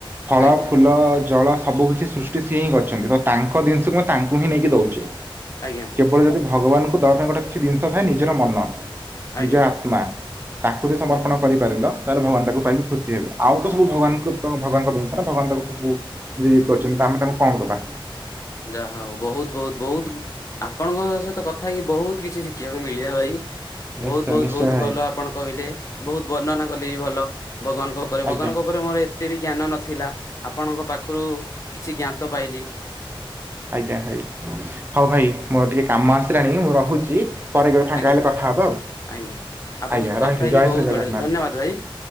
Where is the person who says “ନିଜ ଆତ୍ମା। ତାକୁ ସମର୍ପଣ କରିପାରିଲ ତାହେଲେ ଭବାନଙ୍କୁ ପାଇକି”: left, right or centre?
Right